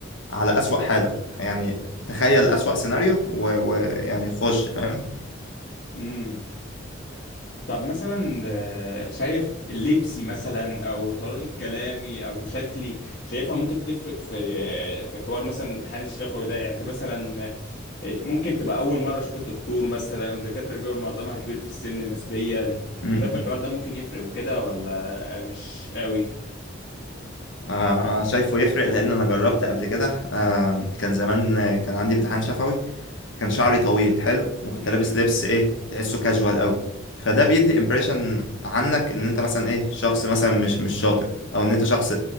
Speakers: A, on the left; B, on the left.
A: على أسوأ حالة يعني تخيل أسوأ سيناريو و- ويعني خش فاهم
B: امم طب مثلا آه، شايف لبسي مثلا او طريقة كلامي او شكلي شايفها ممكن تفرق في في حوار مثلا الامتحان الشفوي ده يعني انت مثلا آه، ممكن تبقى اول مرة اشوف الدكتور مثلا والدكاترة بيبقى معظمها كبير في السن نسبيا
A: مم.
B: شايف الحوار ده ممكن يفرق وكده ولا آه، مش قوي
A: آه شايفه يفرق لأن أنا جربت قبل كده آه كان زمان آه، كان عندي امتحان شفوي كان شعري طويل حلو وكنت
B: امم
A: لابس لبس ايه تحسه كاجوال قوي فده بيدي امبريشن عنك ان انت مثلا ايه شخص مثلا مش مش شاطر او ان انت شخص